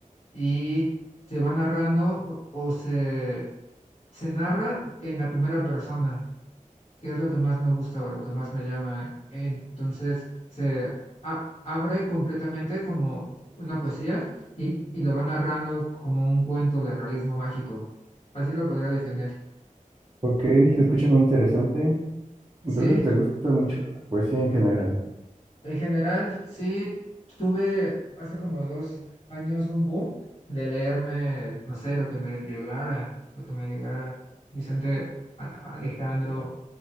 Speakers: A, on the left; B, on the right.
A: y se va narrando o, o se, se narra en la primera persona que es lo que más me gusta o lo que más me llama. Entonces se a- abre completamente como una poesía y, y lo va narrando como un cuento de realismo mágico. Así lo podría definir.
B: Ok, se escucha muy interesante. Entonces,
A: Sí,
B: ¿te gusta mucho la poesía en general?
A: en general, sí, tuve hace como dos años un boom de leerme, no sé, lo que me llegara, lo que me llegara. Vicente Al- Alejandro,